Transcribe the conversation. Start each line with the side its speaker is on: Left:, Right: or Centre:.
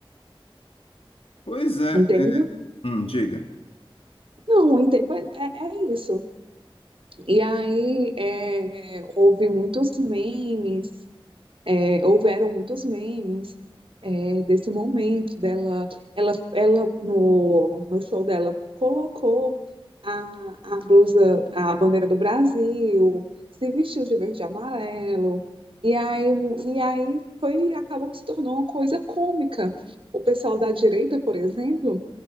Left: Pois é,
Right: Entende?
Left: é, hum, diga.
Right: Não, o tempo é, é, é isso. E aí é, houve muitos memes É, houveram muitos memes é, desse momento dela. Ela, ela no, no show dela colocou a, a blusa, a bandeira do Brasil, se vestiu de verde e amarelo. E aí, o- e aí foi, acabou que se tornou uma coisa cômica. O pessoal da direita, por exemplo,